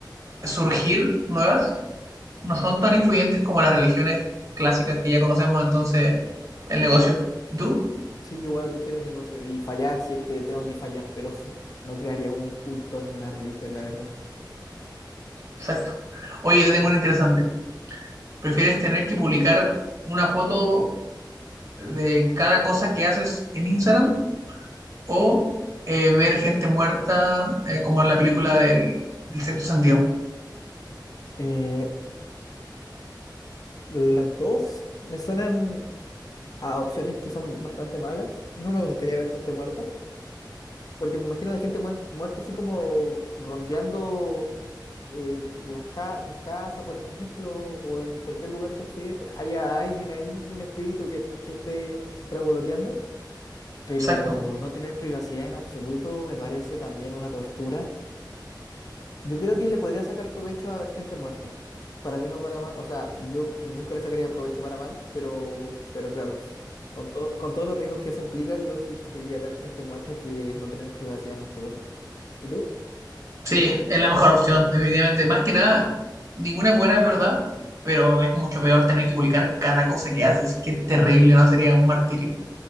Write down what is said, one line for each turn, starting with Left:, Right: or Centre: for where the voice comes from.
Right: surgir nuevas no son tan influyentes como las religiones clásicas que ya conocemos, entonces el negocio. ¿Y tú?
Left: Sí, igual prefiero el negocio y fallar si es que tengo que fallar, pero <laughs> no crearía un culto ni una religión, la verdad.
Right: Exacto. Oye, te tengo una interesante. ¿Prefieres tener que publicar una foto de cada cosa que haces en Instagram o eh, ver gente muerta eh, como en la película del, del sexto sentido?
Left: Eh, las dos me suenan a opciones que son bastante malas. No me gustaría ver gente muerta, porque me imagino a la gente muen- muerta así como rondeando eh, las ca- mis casas, por <laughs> ejemplo, o en cualquier lugar que esté, te- haya alguien ahí, un espíritu que, que esté revoloteando. pero
Right: Exacto.
Left: no tener privacidad en absoluto me parece también una tortura. Yo creo que le podría sacar provecho a ver gente muerta, para bien o para mal. O sea, yo nunca le sacaría provecho para mal, pero, pero claro, con, todo con todos los riesgos que eso implica, yo sí preferiría ver gente muerta que no tener privacidad en absoluto. ¿Y tú?
Right: Sí, es la mejor opción, definitivamente. Más que nada, ninguna es buena, es verdad, pero es mucho peor tener que publicar cada cosa que haces. Qué terrible, ¿no? Sería un martirio.